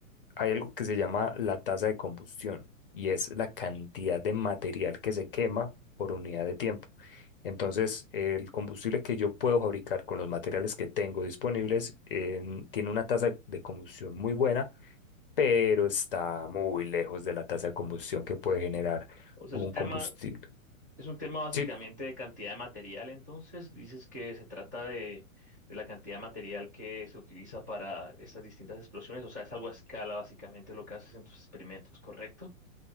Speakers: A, on the left; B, on the right.
A: hay algo que se llama la tasa de combustión y es la cantidad de material que se quema por unidad de tiempo. Entonces, el combustible que yo puedo fabricar con los materiales que tengo disponibles em, tiene una tasa de combustión muy buena, pero está muy lejos de la tasa de combustión que puede generar
B: O sea,
A: un
B: es un tema,
A: combustible.
B: es un tema básicamente
A: Sí,
B: de cantidad de material, entonces dices que se trata de, de la cantidad de material que se utiliza para estas distintas explosiones, o sea, es algo a escala básicamente lo que haces en tus experimentos, ¿correcto?